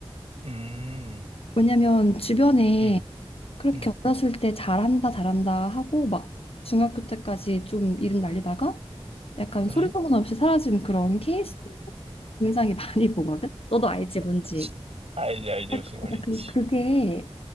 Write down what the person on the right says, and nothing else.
음,
음,
음,
음?
<laughs>
알지, 알지,
무슨 말인지.